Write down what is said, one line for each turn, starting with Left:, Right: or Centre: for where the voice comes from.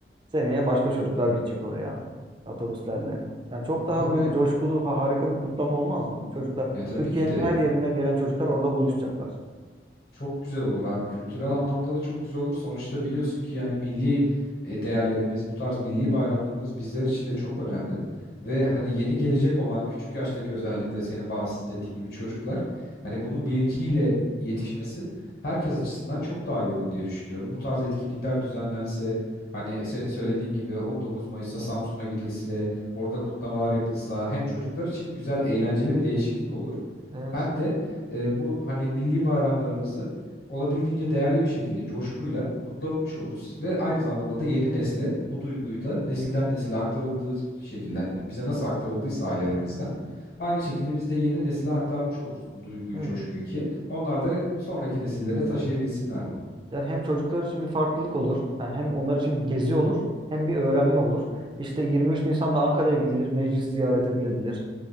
Right: Seneye başka çocuklar gidecek oraya otobüslerle. Yani çok daha
Left: Abi
Right: böyle coşkulu, ha- harika bir kutlama olmaz mı? Çocuklar,
Left: ya tabii
Right: Türkiye'nin
Left: ki de
Right: her yerinden gelen çocuklar orada buluşacaklar.
Left: Çok güzel olur abi. Kültürel anlamda da çok güzel olur. Sonuçta biliyorsun ki yani milli e, değerlerimiz, bu tarz milli bayramlarımız bizler için de çok önemli. Ve hani yeni gelecek olan küçük yaştaki özellikle senin bahsettiğin gibi çocuklar hani bunun bilinciyle yetişmesi herkes açısından çok daha iyi olur diye düşünüyorum. Bu tarz etkinlikler düzenlense hani senin söylediğin gibi 19 Mayıs'ta Samsun'a gidilse, orada kutlamalar yapılsa hem çocuklar için güzel, eğlenceli bir değişiklik olur.
Right: Evet.
Left: Hem de e, bu hani milli bayramlarımızı olabildiğince değerli bir şekilde coşkuyla kutlamış oluruz ve aynı zamanda da yeni nesle bu duyguyu da nesilden nesile aktarıldığı şekilde hani bize nasıl aktarıldıysa ailelerimizden
Right: Hı.
Left: aynı şekilde biz de yeni nesile aktarmış oluruz bu duyguyu,
Right: Evet.
Left: coşkuyu ki onlar da sonraki nesillere taşıyabilsinler bunu.
Right: Yani hem çocuklar için bir farklılık olur. Yani hem onlar için bir gezi olur, hem bir öğrenme olur. İşte 23 Nisan'da Ankara'ya gidilir, meclis ziyaret edilebilir.